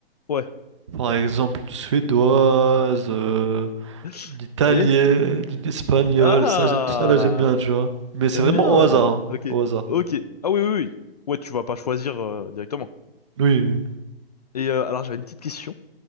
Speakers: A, on the left; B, on the right.
A: Ouais.
B: Par exemple, une suédoise, euh,
A: Ok.
B: une italienne, une espagnole,
A: Ah,
B: ça, j'ai- tout ça là, j'aime bien, tu vois. Mais c'est
A: t'aimes
B: vraiment
A: bien.
B: au hasard, hein,
A: Ok.
B: au hasard.
A: Ok. Ah oui, oui, oui. Ouais, tu vas pas choisir euh, directement.
B: Oui, oui.
A: Et euh, alors, j'avais une petite question.